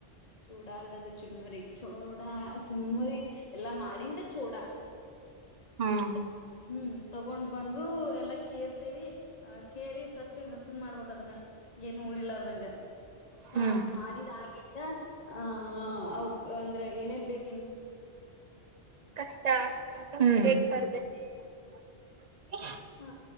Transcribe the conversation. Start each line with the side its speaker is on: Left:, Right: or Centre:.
Left: ಚೂಡ ಅಲ್ಲದು ಚುರುಮುರಿ ಚೋಡ ಚುರುಮುರಿ ಎಲ್ಲಾ ಮಾಡಿಂದ ಚೋಡ
Right: ಹ್ಮ್
Left: ಹ್ಮ್ ತಗೊಂಡ್ ಬಂದು ಎಲ್ಲ ಕೇರ್ತೇವಿ ಅ ಕೇರಿ ಸ್ವಚ್ಛಗ ಹಸನ್ ಮಾಡ್ಬೇಕಕ್ ಅದನ್ನ ಏನು ಉಳಿಲಾರದು ಹಾ
Right: ಹ್ಮ್
Left: ಅದ್ ಮಾಡಿದ ಹಾಗ ಆ ಅಂದ್ರೆ ಏನೇನ್ ಬೇಕು
Right: ಕಷ್ಟ ಹೇಗ್ ಬರ್ದೇ <inaudible>
Left: ಹಾ